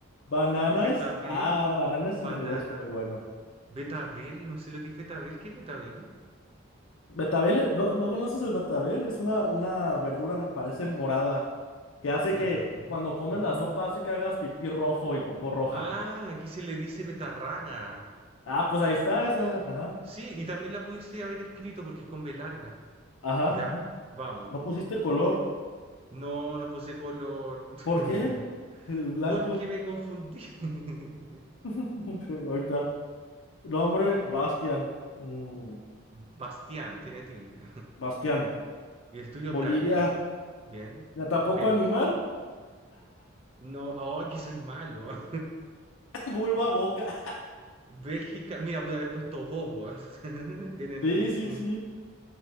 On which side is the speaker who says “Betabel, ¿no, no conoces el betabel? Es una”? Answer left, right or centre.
Left